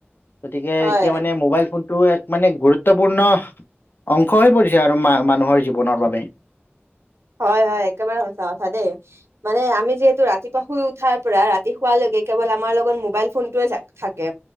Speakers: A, on the left; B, on the right.
A: গতিকে
B: হয়
A: এতিয়া মানে মোবাইল ফোন টো এক মানে গুৰুত্বপূৰ্ণ অংশ হৈ পৰিছে আৰু মা মানুহৰ জীৱনৰ বাবে।
B: হয় হয় একেবাৰে সঁচা কথা দেই। মানে আমি যিহেতু ৰাতিপুৱা শুই উঠাৰ পৰা ৰাতি শুৱালৈকে কেৱল আমাৰ লগত মোবাইল ফোনটোৱে যাক- থাকে,